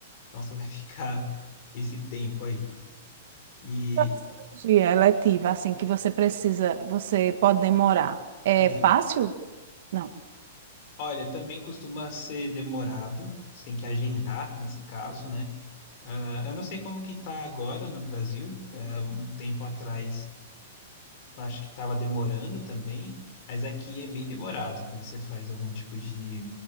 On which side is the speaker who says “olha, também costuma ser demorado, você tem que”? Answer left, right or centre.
Left